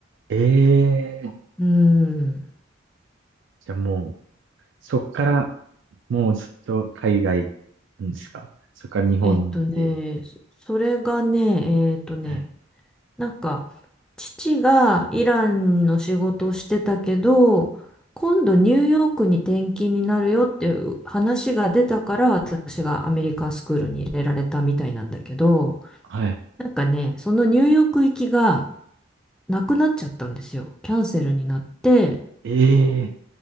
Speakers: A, on the right (about 65°); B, in the centre.
A: ええ
B: うん。
A: じゃあもう、そっから、もうずっと海外なんですかそっから日本で。
B: えっとね、そそれがね、えっとね、
A: はい
B: なんか、父がイランの仕事をしてたけど、今度ニューヨークに転勤になるよっていう話が出たから、私がアメリカンスクールに入れられたみたいなんだけど、
A: はい。
B: なんかね、そのニューヨーク行きがなくなっちゃったんですよ。キャンセルになって、
A: ええ